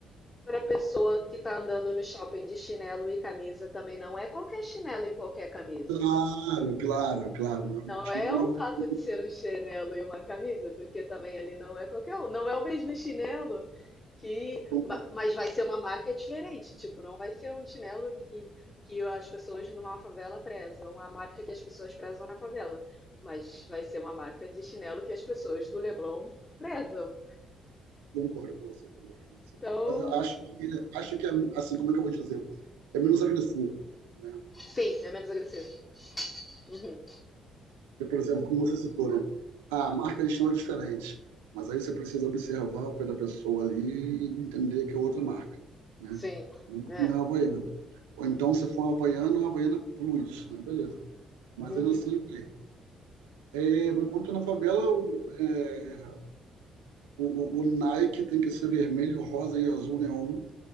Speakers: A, on the left; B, on the right.
A: para a pessoa que está andando no shopping de chinelo e camisa, também não é qualquer chinelo e qualquer camisa.
B: Claro, claro, claro. Não é qualquer
A: Não
B: chinelo,
A: é o
B: não é qualquer...
A: fato de ser um chinelo e uma camisa, porque também ali não é qualquer um. Não é o mesmo chinelo que.
B: Concordo.
A: ma- Mas vai ser uma marca diferente. Tipo, não vai ser um chinelo que, que as pessoas numa favela prezam, a marca que as pessoas prezam na favela. Mas vai ser uma marca de chinelo que as pessoas do Leblon prezam.
B: Concordo com você, concordo com você.
A: Então,
B: Mas eu acho que, acho que é, assim, como é que eu vou dizer? É menos agressivo, né?
A: sim, é menos agressivo. Uhum.
B: Porque, por exemplo, como você citou, né? Ah, marcas são diferentes, mas aí você precisa observar o pé da pessoa ali e entender que é outra marca, né?
A: Sim,
B: Não
A: é.
B: é a Havaiana. Ou então, se for uma Havaiana, uma Havaiana Plus, né? Beleza. Mas
A: Uhum.
B: ainda assim, ok. É, enquanto na favela, o- é, o, o Nike tem que ser vermelho, rosa e azul neon,